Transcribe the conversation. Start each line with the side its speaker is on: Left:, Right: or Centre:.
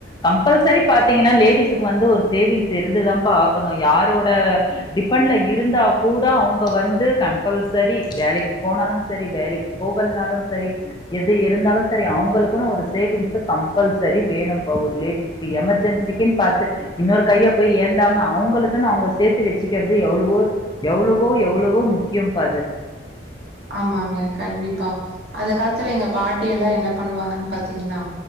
Left: கம்பல்சரி பாத்தீங்கன்னா லேடிஸ்க்கு வந்து ஒரு சேவிங்ஸ் இருந்துதான் பாக்கணும் யாரோட டிப்பன்ல இருந்தா கூட அவங்க வந்து கம்பல்சரி வேலைக்கு போனாலும் சரி வேலைக்கு போகல்னாலும் சரி எது இருந்தாலும் சரி அவங்களுக்குன்னு ஒரு சேவிங்ஸ் கம்பல்சரி வேணும்ப்பா ஒரு லேடிஸ்க எமர்ஜென்சிக்குன்னு பார்த்து இன்னொரு கைய போய் ஏந்தாம அவங்களுக்குன்னு அவங்க சேர்த்து வச்சுக்கிறது எவ்வளவோ எவ்வளவோ எவ்வளவோ முக்கியம் பா அது
Right: ஆமா கண்டிப்பா அந்த காலத்துல எங்க பாட்டி எல்லாம் என்ன பண்ணுவாங்கன்னு பாத்தீங்கன்னா